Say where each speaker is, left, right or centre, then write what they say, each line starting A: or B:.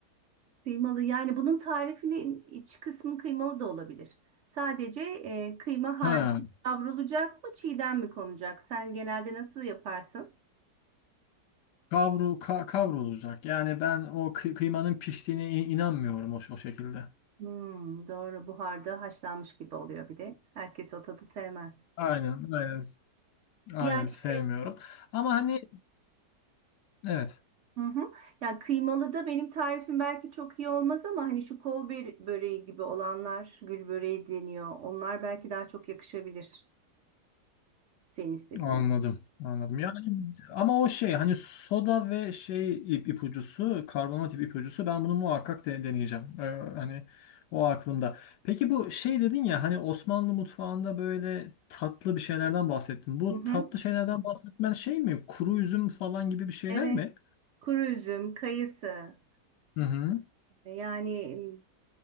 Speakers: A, on the right (about 65°); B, on the left (about 85°).
A: Kıymalı yani bunun tarifinin iç kısmı kıymalı da olabilir. Sadece e, kıyma
B: Ha,
A: harcı kavrulacak mı çiğden mi konacak? Sen genelde nasıl yaparsın?
B: kavru ka, kavrulacak. Yani ben o kı- kıymanın piştiğine in- inanmıyorum o, o şekilde.
A: Hmm, doğru buharda haşlanmış gibi oluyor bir de. Herkes o tadı sevmez.
B: Aynen, aynen, aynen
A: Yani
B: sevmiyorum.
A: evet.
B: Ama hani evet.
A: Hı hı. Yani kıymalı da benim tarifim belki çok iyi olmaz ama hani şu kol bö- böreği gibi olanlar, gül böreği deniyor. Onlar belki daha çok yakışabilir. Senin istediğin.
B: Anladım, anladım. Yani ama o şey hani soda ve şey ip ipucusu, karbonat ip ipucusu ben bunu muhakkak de- deneyeceğim. Ee, hani o aklımda. Peki bu şey dedin ya hani Osmanlı mutfağında böyle tatlı bir şeylerden bahsettin. Bu
A: Hı hı.
B: tatlı şeylerden bahsetmen şey mi? Kuru üzüm falan gibi bir şeyler
A: Evet.
B: mi?
A: Kuru üzüm, kayısı.
B: Hı hı.
A: Ee, Yani m,